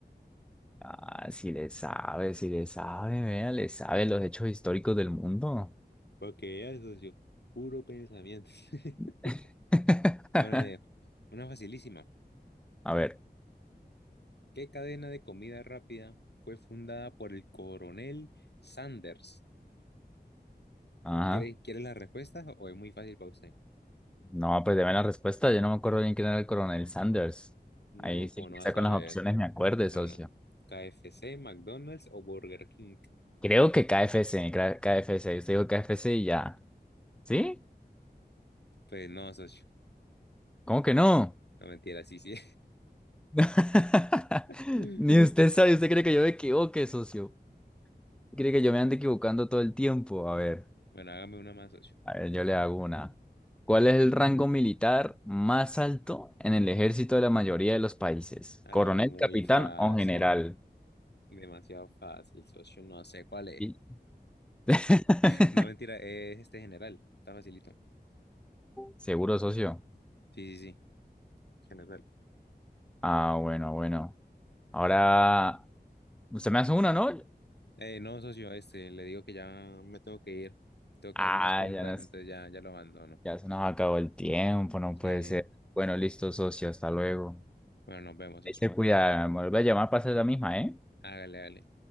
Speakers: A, in the centre; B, on the left (about 80°).
A: ah, si le sabe, si le sabe, vea, le sabe los hechos históricos del mundo.
B: Porque ya, es, socio, puro pensamiento. <laughs>
A: <laughs>
B: Bueno, mire, una facilísima.
A: A ver,
B: ¿Qué cadena de comida rápida fue fundada por el coronel Sanders?
A: ajá.
B: ¿Quiere, quiere las respuestas o es muy fácil para usted?
A: No, pues deme la respuesta. Yo no me acuerdo bien quién era el coronel Sanders.
B: No,
A: Ahí
B: como
A: sí, quizá
B: no va a saber.
A: con las opciones me acuerde,
B: Bueno,
A: socio.
B: KFC, McDonald's o Burger King.
A: Creo que KFC, cra- KFC. Usted dijo KFC y ya. ¿Sí?
B: Pues no, socio.
A: ¿Cómo que no?
B: No mentira, sí, sí.
A: <laughs>
B: <laughs>
A: Ni usted sabe, usted cree que yo me equivoque, socio. Cree que yo me ando equivocando todo el tiempo. A ver,
B: Bueno, hágame una más, socio.
A: a ver, yo le hago una. ¿Cuál es el rango militar más alto en el ejército de la mayoría de los países?
B: Ah,
A: ¿Coronel,
B: muy
A: capitán
B: fácil.
A: o general?
B: Demasiado fácil, socio. No sé cuál es.
A: Y- <laughs>
B: <laughs> No, mentira, es este general. Está facilito.
A: Seguro, socio.
B: Sí, sí, sí, general.
A: Ah, bueno, bueno. Ahora, usted me hace una, ¿no?
B: Eh, no, socio, este, le digo que ya me tengo que ir. Tengo que
A: Ah,
B: hacer unas compras,
A: ya, nos-
B: entonces ya, ya lo abandono.
A: ya se nos acabó el tiempo, no puede
B: Sí.
A: ser. Bueno, listo, socio, hasta luego.
B: Bueno, nos vemos, socio.
A: Ahí se cuida, me vuelve a llamar para hacer la misma, ¿eh?
B: Hágale, hágale.